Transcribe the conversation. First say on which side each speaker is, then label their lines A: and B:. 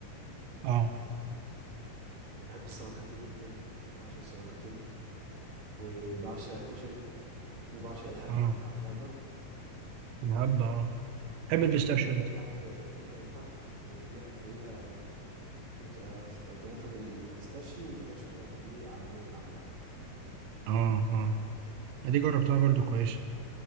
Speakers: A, on the right; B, on the right.
A: اه
B: اللي بحب السلانكاتيه جدا بعشق السلانكاتيه وبعشق الكشري وبعشق الهبه
A: اه
B: عارف الهبه
A: الهبه اه بتحب
B: اللي
A: البيستاشيو
B: هي كيكه كده
A: انت
B: تحت آه، كيكه من تحت وفيها فوقيها نوت- آه، ش- كنافه بالبيستاشيو وفيها شوكولاته دي عالميه عامه
A: اه اه دي جربتها برضو كويسه